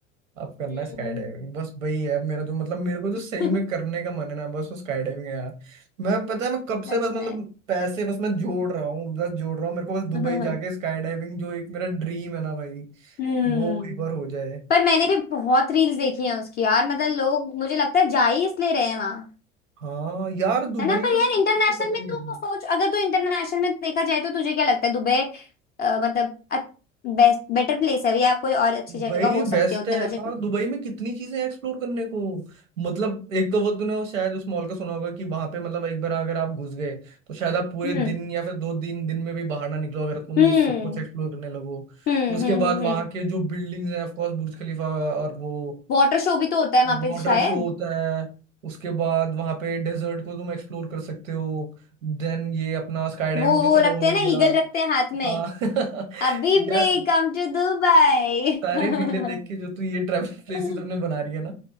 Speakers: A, on the right; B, on the left.
A: अब करना
B: हम्म,
A: है स्काई डाइविंग बस वही है मेरा जो मतलब मेरे को जो सही
B: <laughs>
A: में करने का मन है ना बस वो स्काई डाइविंग है यार मैं पता है मैं कब
B: सच
A: से बस
B: में
A: मतलब पैसे बस मैं जोड़ रहा हूँ बस जोड़ रहा हूँ मेरे को बस दुबई
B: <laughs>
A: जाके स्काई डाइविंग जो एक मेरा ड्रीम है ना भाई
B: हम्म
A: वो एक बार हो जाए
B: पर मैंने भी बहुत रील्स देखी हैं उसकी यार मतलब लोग मुझे लगता है जा ही इसलिए रहे हैं वहां
A: हाँ यार दुबई
B: है ना पर
A: तो,
B: यार
A: तो
B: इंटरनेशनल
A: पता
B: में
A: ही है
B: तू सोच अगर तू इंटरनेशनल में देखा जाए तो तुझे क्या लगता है दुबई अ, मतलब बेस्ट बेटर प्लेस है या कोई और अच्छी जगह
A: भाई
B: हो
A: बेस्ट
B: सकती है उतने
A: है यार
B: बजट में
A: दुबई में कितनी चीजें एक्सप्लोर करने को मतलब एक तो वो तूने वो शायद उस मॉल का सुना होगा कि वहां पे मतलब एक बार अगर आप घुस गए तो शायद आप पूरे
B: हम्म
A: दिन या फिर दो तीन दिन में भी बाहर ना निकलो अगर तुम
B: हम्म
A: सब कुछ एक्सप्लोर करने लगो
B: हम्म
A: उसके
B: हम्म
A: बाद वहां
B: हम्म
A: के जो बिल्डिंग्स हैं ऑफ कोर्स बुर्ज खलीफा और वो
B: वाटर शो भी तो होता है वहां
A: वाटर
B: पे शायद
A: शो होता है उसके बाद वहां पे डेजर्ट को तुम एक्सप्लोर कर सकते हो देन ये अपना स्काई डाइविंग
B: वो
A: तो
B: वो
A: चलो
B: रखते
A: हो ही
B: हैं ना
A: गया
B: ईगल रखते हैं हाथ में
A: हाँ <laughs>
B: अभी
A: यार
B: भी कम टू दुबई
A: सारे रीले देख
B: <laughs>
A: के जो तू ये ट्रैवल <laughs> प्लेसेस
B: मैं
A: अपने बना रही है ना